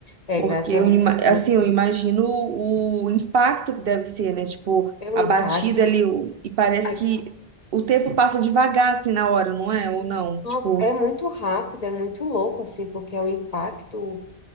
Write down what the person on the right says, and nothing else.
Porque
eu,
ima- assim,
eu imagino o impacto que deve ser, né? Tipo,
a
batida ali, o- e parece
que o tempo passa devagar, assim, na hora, não é? Ou não?
Tipo,